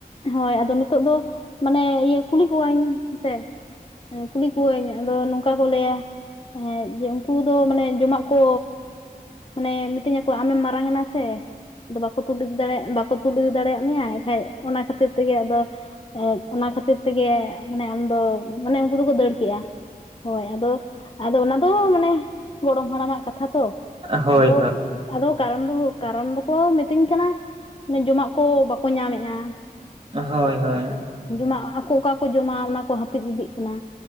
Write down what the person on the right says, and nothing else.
ᱦᱳᱭ,
ᱦᱳᱭ ᱦᱳᱭ